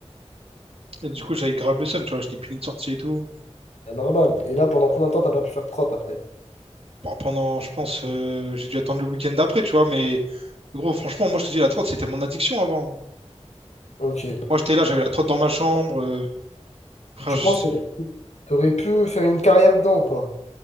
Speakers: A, on the right; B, on the left.
A: Et du coup, j'avais grave le seum, tu vois. J'étais puni de sortie et tout.
B: C'est normal. Et là, pendant combien de temps t'as pas pu faire de crotte après?
A: Pe- Pendant, je pense, euh, j'ai dû attendre le week-end d'après, tu vois. Mais gros, franchement, moi, je te dis, la trotte, c'était mon addiction avant.
B: Ok. Et,
A: Moi, j'étais là, j'avais la trotte dans ma chambre. euh, frère,
B: et tu
A: je
B: penses
A: sais
B: que t'aurais pu t'aurais pu faire une carrière dedans ou pas?